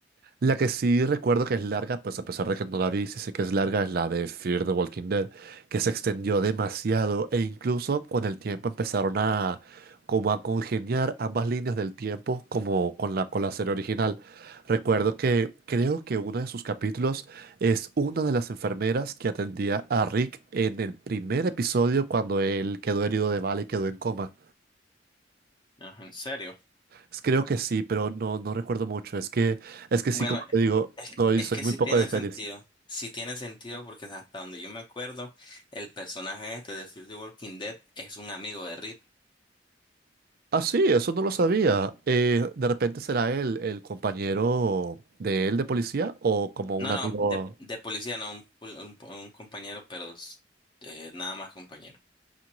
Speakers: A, on the right; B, on the left.
A: La que sí recuerdo que es larga, pues a pesar de que no la vi, sí sé que es larga, es la de Fear the Walking Dead, que se extendió demasiado e incluso con el tiempo empezaron a como a congeniar ambas líneas del tiempo como con la, con la serie original. Recuerdo que creo que uno de sus capítulos es una de las enfermeras que atendía a Rick en el primer episodio cuando él quedó herido de bala y quedó en coma.
B: Ajá, ¿En serio?
A: es Creo que sí, pero no, no recuerdo mucho. Es que, es que sí,
B: Bueno,
A: como te digo,
B: es,
A: soy,
B: es
A: soy
B: que
A: muy
B: sí
A: poco
B: tiene
A: de series.
B: sentido. Sí tiene sentido porque hasta donde yo me acuerdo, el personaje este de Fear the Walking Dead es un amigo de Rick.
A: Ah, sí, eso no lo sabía. Eh, de repente será él el compañero de él de policía o como
B: No,
A: un amigo.
B: no, de, de policía, no, un, pol- un- un compañero, pero eh, nada más compañero.